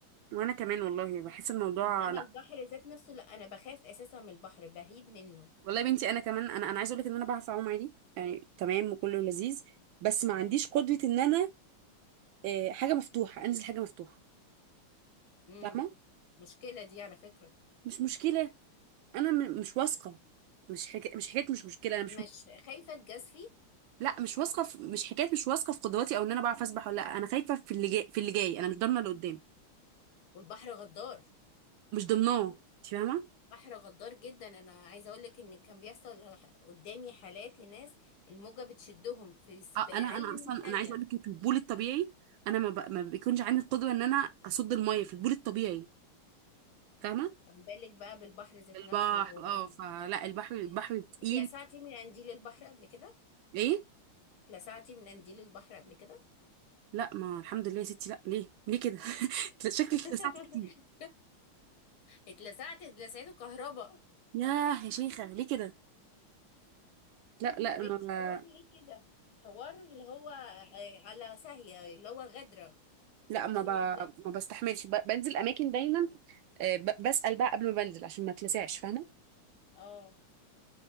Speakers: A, on the right; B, on the left.
A: وانا كمان والله بحس الموضوع
B: إنما
A: لا
B: البحر ذات نفسه لا أنا بخاف أساسا من البحر بهيب منه
A: والله يا بنتي انا كمان انا انا عايزه اقول لك ان انا بعرف اعوم عادي يعني تمام وكله لذيذ بس ما عنديش قدره ان انا آه، حاجه مفتوحه انزل حاجه مفتوحه
B: امم
A: فاهمه
B: مشكلة دي على فكرة
A: مش مشكله انا م- مش واثقه مش حكا... مش حكايه مش مشكله انا مش
B: مش خايفة اتجازفي
A: لا مش واثقه في... مش حكايه مش واثقه في قدراتي او ان انا بعرف اسبح ولا لا انا خايفه في اللي جاي في اللي جاي انا مش ضامنه اللي قدام
B: والبحر غدار
A: مش ضامناه انت فاهمه
B: بحر غدار جدا انا عايزة اقولك ان كان بيحصل قدامي حالات لناس الموجة بتشدهم في في
A: آه،
B: اقل
A: انا انا اصلا
B: من ثانية
A: انا عايزه اقول لك في البول الطبيعي انا ما, ب... ما بيكونش عندي القدره ان انا اصد الميه في البول الطبيعي فاهمه
B: فما بالك بقى بالبحر ذات
A: البحر
B: نفسه وهو-
A: اه فلا البحر البحر تقيل
B: اتلسعتي من قنديل البحر قبل كده
A: ايه
B: اتلسعتي من قنديل البحر قبل كده
A: لا ما الحمد لله يا ستي لا ليه ليه كده <laughs> شكلك
B: <laughs>
A: اتلسعت كتير
B: اتلسعت اتلسعته كهرباء
A: ياه يا شيخه ليه كده لا لا
B: مش
A: ما
B: حوار ليه كده حوار اللي هو آه، على ساهية اللي هو غدرة
A: لا ما
B: فاهمة
A: ب...
B: ازاي؟
A: ما بستحملش ب... بنزل اماكن دايما آه، ب... بسأل بقى قبل ما بنزل عشان ما اتلسعش فاهمه
B: اه